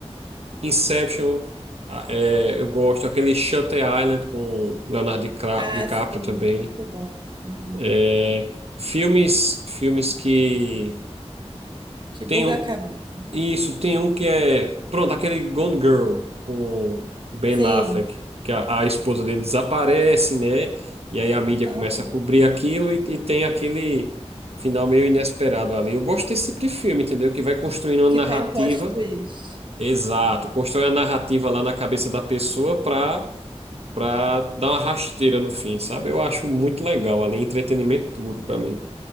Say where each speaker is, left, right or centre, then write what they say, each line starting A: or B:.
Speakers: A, on the right; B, on the right.
A: Inception, a- é, eu gosto. Aquele Shutter Island com Leonardo Dicra-
B: Ah,
A: DiCaprio
B: sim,
A: também.
B: muito bom. Uhum.
A: É, filmes, filmes que
B: Que buga
A: tenham.
B: a cabeça.
A: Isso, tem um que é. Pronto, aquele Gone Girl com Ben
B: Sim.
A: Affleck, que a, a esposa dele desaparece, né? E aí a mídia
B: aham.
A: começa a cobrir aquilo e, e tem aquele final meio inesperado ali. Eu gosto desse tipo de filme, entendeu? Que vai construindo
B: De-
A: uma
B: Que
A: narrativa.
B: tem um plot twist.
A: Exato, constrói a narrativa lá na cabeça da pessoa pra, pra dar uma rasteira no fim, sabe? Eu acho muito legal ali, entretenimento puro pra mim.